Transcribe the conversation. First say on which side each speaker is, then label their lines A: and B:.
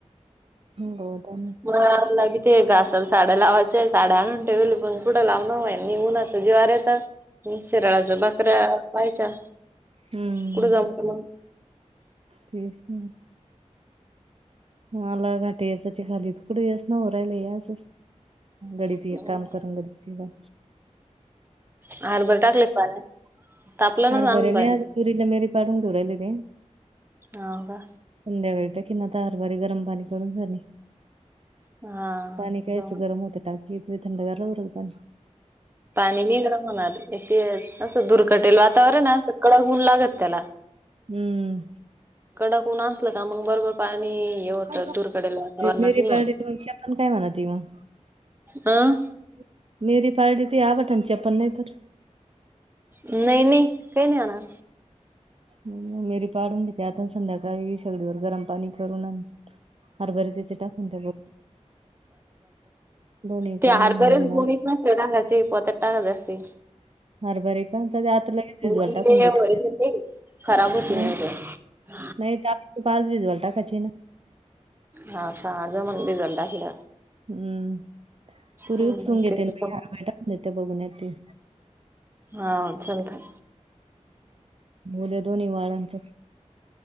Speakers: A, on the right; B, on the right.
A: हम्म, गौतम
B: उन्हाळा असला की ते घासाला साड्या लावायच्या, साड्या आणून ठेवली पण कुठं लाव नवय निघून असं उन्हाच जिवारर येत. शिराळाच भाकऱ्या व्हायच्या,
A: हम्म
B: कुठं जाऊ मग?
A: तेच ना. ह ल घाट याचे खालीत, कुठे यस ना हो राहिल अस गडी
B: मग
A: ती एक काम करुन जाती, तिचा
B: हरबर टाकले का पाण्यात? तापलं ना
A: हरबर
B: आम पाणी
A: नाही आ तुरीला <unintelligible>
B: हो का?
A: संद्याकाळी तर किना तर हरबरी गरम पाणी करून झाली
B: हा
A: पाणी कायचं गरम होत टाकीत लय थंडागार <unintelligible>
B: पाणी नि गरम होणार इथ असं दुर् कटेल वातावरण ना कडक ऊन लागत त्याला,
A: हम्म
B: कडक ऊन असलं का मग बरोबर पाणी हे होतं
A: <unintelligible>
B: धुरकडेल वातावरणात नाही होत.
A: काय म्हणाते मग
B: अं
A: <unintelligible>
B: नाही नाही, काय नाही होणार?
A: मिरी पाडून घेते आता संध्याकाळी शेगडीवर गरम पाणी करून हरभरे तिथे टाकून त्या बघ दोन्ही
B: ते
A: काम
B: हारभरेच
A: होऊन जाईन
B: गुणी
A: आज
B: नसेल टाकायचं मी पोत्यात टाकायच असतय
A: हरभरे का आता लगेच भिजायला
B: उडले
A: टाकून देते.
B: खराब होतील
A: हा
B: नाहीतर
A: नाही तर डाळ भिजवायला टाकायची ना,
B: हा का जमल भिजत टाल्यावर
A: ह तुरी
B: हम्म
A: उपसून घेते
B: ते रिकाम
A: आणि हरभरे टाकून येते आणि भुगुण्यात ते
B: हा चालतय.
A: उद्या दोन्ही वाळांच